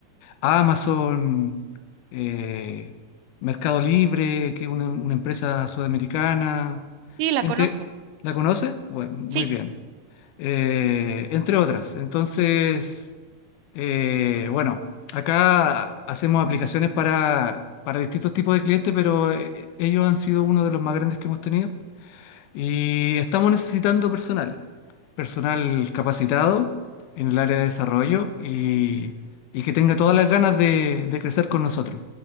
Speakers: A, on the left; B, on the right.
A: Amazon, eh, Mercado Libre, que es una, una empresa sudamericana.
B: Sí, la
A: Entre,
B: conozco.
A: ¿la conoces? Bueno, muy
B: Sí,
A: bien eh, entre otras. Entonces, eh, bueno, acá hacemos aplicaciones para, para distintos tipos de clientes, pero eh, ellos han sido uno de los más grandes que hemos tenido y estamos necesitando personal, personal capacitado en el área de desarrollo y, y que tenga todas las ganas de, de crecer con nosotros.